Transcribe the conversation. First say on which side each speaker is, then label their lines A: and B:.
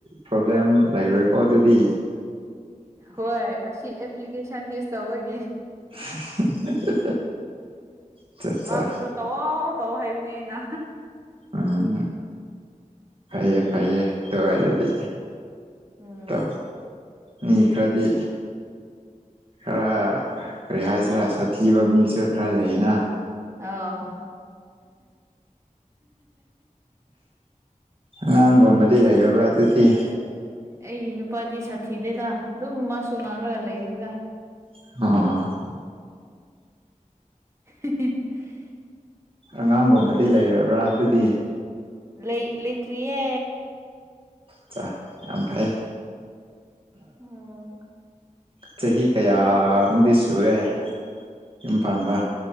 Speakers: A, on the right; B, on the right.
A: ꯄ꯭ꯔꯣꯕ꯭ꯂꯦꯝ ꯂꯩꯔꯣꯏꯀꯣ ꯑꯗꯨꯗꯤ
B: ꯍꯣꯏ ꯑꯁꯤ ꯑꯦꯄ꯭ꯂꯤꯀꯦꯁꯟ ꯌꯨꯁ ꯇꯧꯕꯒꯤ
A: <inaudible> ꯑꯠꯆꯥ ꯑꯠꯆꯥ
B: ꯃꯥꯕꯨꯁꯨ ꯇꯧꯑꯣ ꯇꯧꯑꯣ ꯍꯥꯏꯕꯅꯦ ꯑꯩꯅ
A: ꯎꯝ ꯐꯩꯌꯦ ꯐꯩꯌꯦ ꯑꯗꯨ ꯑꯣꯏꯔꯗꯤ
B: ꯎꯝ
A: ꯇꯥ ꯃꯤ ꯈꯔꯗꯤ ꯈꯔ ꯀꯔꯤ ꯍꯥꯏꯁꯤꯔꯥ ꯁꯥꯊꯤꯕ ꯃꯤꯁꯨ ꯈꯔ ꯂꯩꯌꯦꯅ
B: ꯑꯣ
A: ꯑꯉꯥꯡꯒꯨꯝꯕꯗꯤ
B: ꯊꯦ
A: ꯂꯩꯔꯕ꯭ꯔꯥ ꯑꯗꯨꯗꯤ
B: ꯑꯩꯒꯤ ꯅꯨꯄꯥꯗꯤ ꯁꯥꯊꯤꯗꯦꯗ ꯑꯗꯨꯝ ꯃꯁꯨ ꯉꯥꯡꯂꯒ ꯂꯩꯔꯤꯅꯤꯗ
A: <unintelligible>
B: <unintelligible>
A: ꯑꯉꯥꯡꯒꯨꯝꯕꯗꯤ ꯂꯩꯔꯕ꯭ꯔꯥ ꯑꯗꯨꯗꯤ
B: ꯂꯩ ꯂꯩꯇ꯭ꯔꯤꯌꯦ
A: ꯑꯠꯆꯥ ꯌꯥꯝ ꯐꯩ
B: ꯑꯣ
A: ꯆꯍꯤ ꯀꯌꯥꯃꯨꯛꯗꯤ ꯁꯨꯔꯦ ꯌꯨꯝ ꯄꯥꯟꯕ